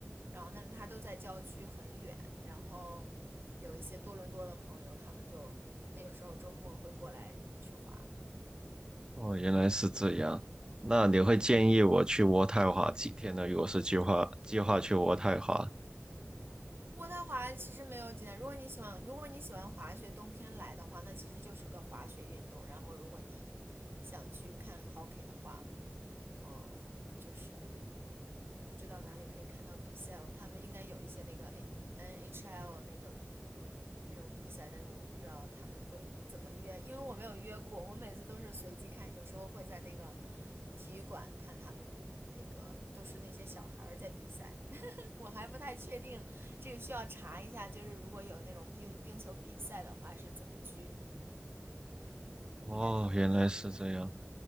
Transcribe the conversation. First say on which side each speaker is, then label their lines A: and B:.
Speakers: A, on the right (about 55°); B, on the right (about 20°).
A: 然后但是它都在郊区很远，然后有一些多伦多的朋友，他们就有时候周末会过来去滑，
B: 哦，原来是这样。那你会建议我去渥太华几天呢？
A: 嗯嗯，
B: 如果是计划计划去渥太华，
A: 渥太华其实没有几点，如果你喜欢，如果你喜欢滑雪，冬天来的话，那其实就是个滑雪运动。然后，如果你想去看 hockey 的话，嗯，就是不知道哪里可以看到比赛哦。他们应该有一些那个 N H L 那个那种比赛，但是我不知道他们会怎么约，因为我没有约过。我每次都是随机看，有时候会在那个体育馆看他们那个都是那些小孩在比赛。我还不太确定，这个需要查一下。就是如果有那种冰冰球比赛的话，是怎么去？嗯，
B: 哦，
A: 应该他们会要，
B: 原来是这样。